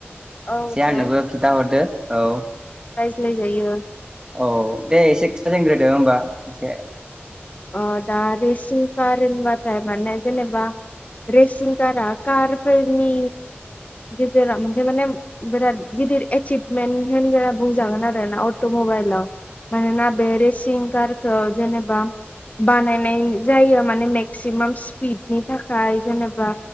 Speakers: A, on the left (about 35°); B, on the right (about 20°).
A: औ
B: से
A: दे
B: आंनोबो खि दा हरदो औ
A: रायज्लायजायो
B: औ दे एस <unintelligible> होनग्रोदो होमबा एसे
A: अ दा रेसिं कार होनबाथाय माने जेनेबा रेसिं कारा कारफोरनि गेजेराव मोनसे माने बिराद गिदिर एसिभमेन्ट होनगना बुंजागोन आरोना अट'म वेलाव मानोना बे रेसिं खार खौ जेनेबा बानायनाय जायो माने मेक्सिमाम स्पिडनि थाखाय जेनेबा